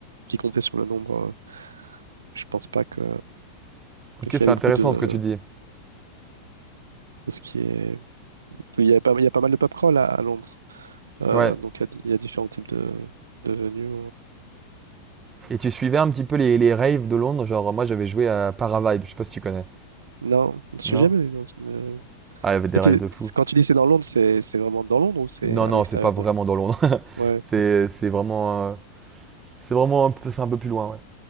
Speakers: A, on the right; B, on the right.
A: qui comptaient sur le nombre, euh, je pense pas que.
B: Ok,
A: Parce qu'il
B: c'est
A: y avait
B: intéressant
A: beaucoup de.
B: ce que tu dis.
A: tout ce qui est... Il y a pas, il y a pas mal de pub crawl à, à Londres. Euh,
B: Ouais.
A: donc, il y, a, di- il y a différents types de, de venues.
B: Et tu suivais un petit peu les, les raves de Londres, genre moi j'avais joué à Paravibe, je sais pas si tu connais.
A: Non, je suis
B: Non?
A: jamais allé dans une. euh,
B: Ah, il y avait des
A: C'était-
B: raves de fou.
A: Quand tu dis c'est dans Londres, c'est c'est vraiment dans Londres ou c'est
B: Non,
A: à
B: non,
A: l'extérieur
B: c'est pas vraiment
A: de Londres?
B: dans Londres. <laughs>
A: Ouais,
B: C'est c'est vraiment, euh, c'est vraiment un peu, c'est un peu plus loin, ouais.